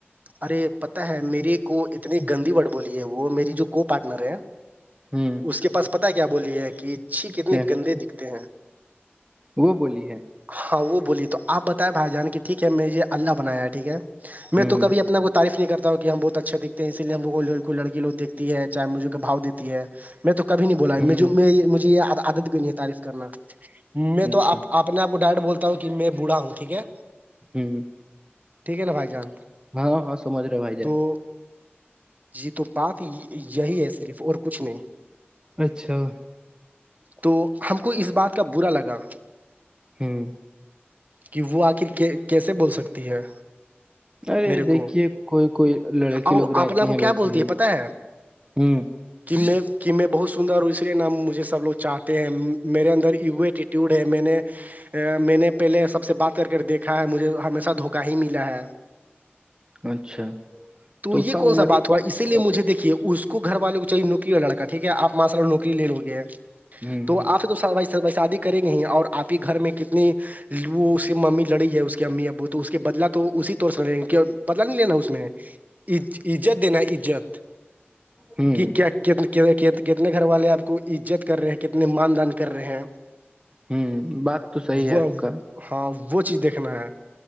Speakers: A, on the right (about 40°); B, on the right (about 20°).
A: ارے پتا ہے میرے کو اتنی گندی وورڈ بولی ہے وہ میری جو کو پارٹنر ہے
B: ہ
A: اس کے پاس پتا کیا بولی ہے کہ چھی کتنے
B: کیا
A: گندے دکھتے ہیں
B: وہ بولی ہے
A: ہاں وہ بولی تو آپ بتیں بھائی جان کی ٹھیک ہے مجھے اللہ بنایا ہے ٹھیک ہے میں
B: ہ
A: تو کب اپنا کو تعریف نہیں کرتا ہوں کہ ہم بول اچھا دکھتے ہیں اسی لیے ہم کوئی لڑکیوگیکھتی ہے چاہ مجھے کا باؤ دیتی ہے میں تو کبھی نہیں بولا
B: ہ
A: مجھے یہ عادت بھی نہیں ہے تعریف کرنا میں
B: اچھا
A: تو آپ آپ اپنے آ کو ڈائرٹ بولتا ہوں کہ میں بھڑا ہوں ٹھیک ہے
B: ہوں
A: ٹھیک ہےا بھائی جان
B: ہاں ہاں سمجر بائی جان
A: تو جی تو بات یہی ہے صرف اور کچھ نہیں
B: اچھا
A: تو ہم کو اس بات کا برا لگا
B: ہوں
A: کہ وہ آخر کیسے بول سکتی ہے
B: ارے
A: میرے
B: دیکھیے
A: کو
B: کوئی کوئی لڑکی
A: اور
B: لوگ رہتی
A: اپنا کو
B: ہیں ویسے
A: کیا بولتی
B: ہی
A: ہے پتا ہے
B: ہوں
A: میں کہ میں بہت سندر ہوں اسے نام مجھے سب لوگ چاہتے ہیں میرے اندر ٹیوڈ ہے میں نے میں نے پہلے سب سے بات کر کے دیکھا ہے مجھے ہمیشہ دھوکہ ہی ملا ہے
B: اچھا
A: تو یہ
B: اس کا
A: کون
B: عمر
A: سا بات
B: ہی کیا
A: ہوا اسی لیے مجھے دیکھیے اس کو گھر والے کو چاہے نک ہو لڑکا ٹھیک ہے آپ ماشاء اللہ نوکری لے لو گے
B: ہوں
A: تو آپ سے تو شادی کے کریں گے ہی اور آپ ہی گھر میں کتنی وہ اس کی ممی لڑی ہے اس کی امی ابو تو اس کے بدلا تو اسی طور سے لڑے گ بدلا نہیں لینا اس میں عزت دینا عزت
B: ہوں
A: کہ کیا کتنے گھر والے آپ کو عزت کر رہے ہیں کتنے مان دان کر رہے ہیں
B: ہوں بات تو صحیح
A: وہ
B: ہے آپ کا
A: ہاں وہ چیز دیکھنا ہے